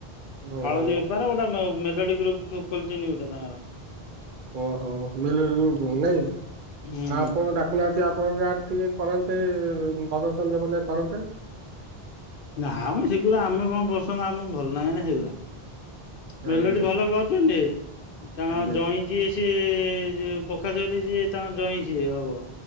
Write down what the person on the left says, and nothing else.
ହଳଦୀ ବେପାର ଗୋଟେ ମେ ମେଲୋଡି ଗ୍ରୁପ୍ ଖୋଲିଛନ୍ତି ଗୋଟେ ତାଙ୍କର।
ହୁଁ
ନା ମ ସେଗୁଡ଼ା ଆମେ କ'ଣ ପସନ୍ଦ ଆମକୁ ଭଲ ଲାଗେ ନା ସେଗୁଡା। ମେଲୋଡ଼ି
ଭଲ କରୁଛନ୍ତି ତାଙ୍କ
ଜଇଁ ଯିଏ। ସିଏ ଯିଏ ପ୍ରକାଶ ଭାଇର ଯିଏ ତାଙ୍କ ଜଇଁ ସିଏ ହବ।